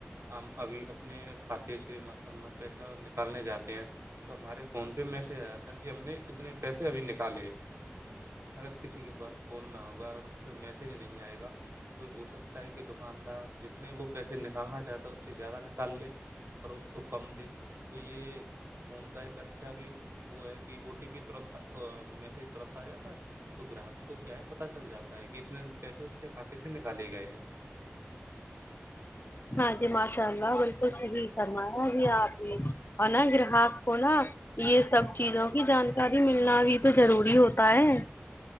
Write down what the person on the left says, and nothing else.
ہاں جی ماشاء اللہ بالکل صحیح کررمایا ابھی آپ نے اورناا گراہک کونا یہ سب چیزوں کی جانکاری ملنا بھی تو ضروری ہوتا ہے